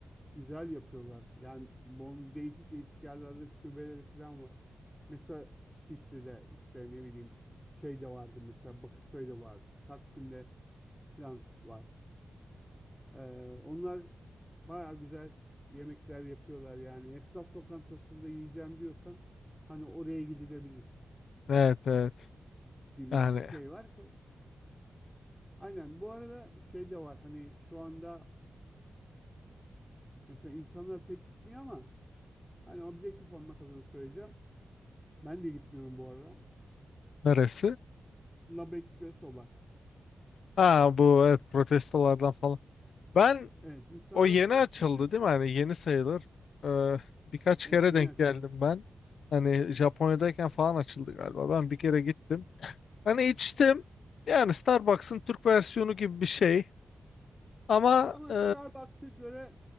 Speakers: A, in the centre; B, on the left (about 80°).
A: Güzel yapıyorlar. Yani bunun değişik değişik yerlerde şubeleri falan var. Mesela Şişli'de işte ne bileyim şey de vardı mesela Bakırköy'de vardı. Taksim'de falan var. Ee, onlar baya güzel yemekler yapıyorlar yani. Esnaf lokantasında yiyeceğim diyorsan hani oraya gidilebilir
B: Evet evet.
A: gibi
B: Yani
A: bir şey var. Aynen bu arada şey de var hani şu anda mesela insanlar pek gitmiyor ama hani objektif olmak adına söyleyeceğim. Ben de gitmiyorum bu arada.
B: neresi?
A: Lab Espresso var.
B: Ha bu evet protestolardan falan. Ben
A: Evet, insanlar
B: o yeni
A: şu anda
B: açıldı
A: protesto.
B: değil mi? Hani yeni sayılır. Ee, birkaç
A: Evet,
B: kere
A: yeni
B: denk
A: açıldı.
B: geldim ben. Hani Japonya'dayken falan açıldı galiba. Ben bir kere gittim. Hani içtim. Yani Starbucks'ın Türk versiyonu gibi bir şey. Ama
A: Ama
B: e,
A: Starbucks'a göre